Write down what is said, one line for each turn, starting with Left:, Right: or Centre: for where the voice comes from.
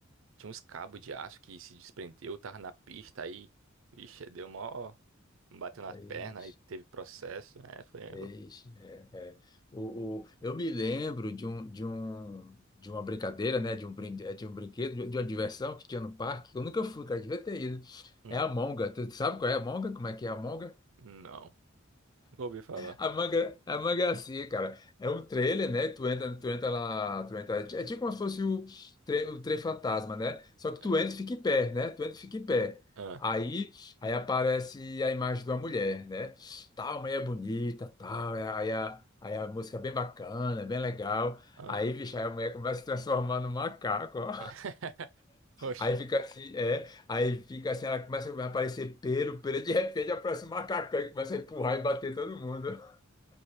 Right: tinha uns cabos de aço que se desprendeu, tava na pista aí. Vixe, deu mó. bateu na
Left: aí.
Right: perna e teve processo. É, foi.
Left: Ixi,
Right: louco.
Left: é, é. O, o, eu me lembro de um, de um, de uma brincadeira, né? De um, brin de um brinquedo, de, de uma diversão que tinha no parque. que Eu nunca fui, cara, devia ter ido.
Right: Hum,
Left: É a monga. Tu sabe qual é a monga? Como é que é a monga?
Right: não, nunca ouvi falar.
Left: A manga, a manga é assim, cara. É um trailer, né? Tu entra, tu entra lá, tu entra. É tipo como se fosse o, tre- o trem fantasma, né? Só que
Right: Ah,
Left: tu entra e fica em pé, né? Tu entra e fica em pé.
Right: ah,
Left: Aí, aí aparece a imagem de uma mulher, né? Tal, mulher é bonita, tal. é, Aí a, aí a música é bem bacana, bem legal.
Right: ah.
Left: Aí, bicho, aí a mulher começa a se transformar num macaco, ó.
Right: <laughs> Oxe,
Left: Aí fica assim, é. Aí fica assim, ela começa a aparecer pelo, pelo. De repente aparece um macacão que começa a empurrar e bater todo mundo.